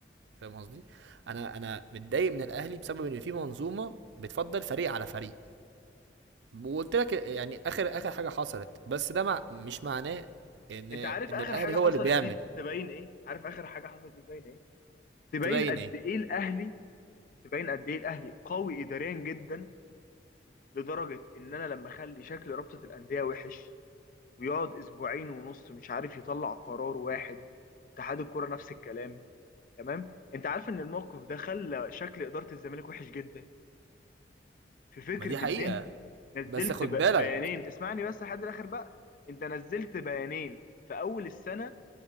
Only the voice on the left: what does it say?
انت
عارف اخر
حاجه حصلت
دي تبين ايه عارف اخر حاجه حصلت دي تبين ايه تبين
قد
ايه الاهلي تبين قد ايه الاهلي قوي اداريا جدا لدرجه ان انا لما اخلي شكل رابطه الانديه وحش ويقعد اسبوعين ونص مش عارف يطلع قرار واحد واتحاد الكوره نفس الكلام تمام انت عارف ان الموقف ده خلى شكل اداره الزمالك وحش جدا في فكره
ان انت نزلت
ب-
بيانين اسمعني بس لحد الاخر بقى انت نزلت بيانين في اول السنه